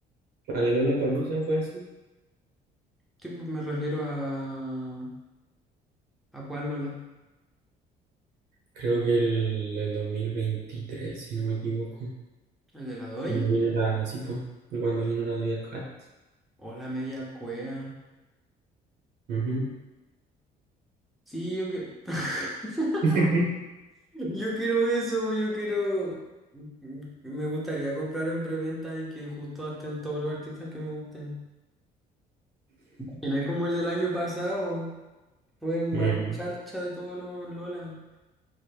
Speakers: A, on the right; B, in the centre.
A: Para Lollapalooza fue así.
B: Tipo, me refiero a. ¿A cuál Lola?
A: Creo que el, el 2023 si no me equivoco.
B: ¿El de la doya?
A: Cuando vino la, sí, pues, cuando vino la Doja Cat.
B: ¿O la media cuea?
A: Ujú.
B: Sí, yo que. <laughs>
A: <laughs>
B: Yo quiero eso, yo quiero. mm, Me gustaría comprar en preventa y que justo estén todos los artistas que me gusten. Y no es como el del año pasado, fue el más
A: Mm.
B: charcha de todos los Lola.